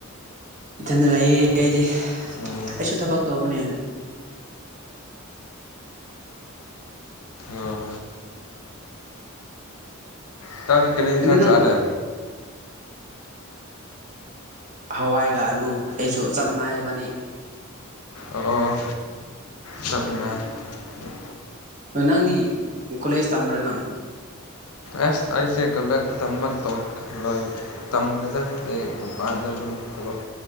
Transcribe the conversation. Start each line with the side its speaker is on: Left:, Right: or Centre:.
Right: ꯏꯊꯟꯗ ꯂꯩꯌꯦ ꯑꯩꯗꯤ
Left: ꯎꯝ
Right: ꯑꯩꯁꯨ ꯊꯕꯛ ꯇꯧꯕꯅꯦ
Left: ꯑꯣ ꯢꯇꯥꯎꯗꯤ ꯀꯔꯤ ꯍꯤꯟꯁꯥꯡ
Right: ꯀꯩꯅꯣ ꯅꯪ
Left: ꯆꯥꯔꯦ
Right: ꯍꯋꯥꯏꯒ ꯑꯂꯨ ꯑꯩꯁꯨ ꯆꯞ ꯃꯅꯥꯏꯕꯅꯤ
Left: ꯑꯣ ꯆꯠꯃꯦ <inaudible>
Right: ꯅꯪꯗꯤ ꯀꯣꯂꯦꯖ ꯇꯝꯕ꯭ꯔꯥ ꯅꯪ
Left: ꯑꯁ ꯑꯩꯁꯦ ꯀꯂꯛ ꯇꯝꯕ ꯇꯣꯛꯂꯣꯏ ꯇꯝꯗꯨꯗ ꯑꯩ ꯃꯄꯥꯟ ꯣ <unintelligible> <inaudible>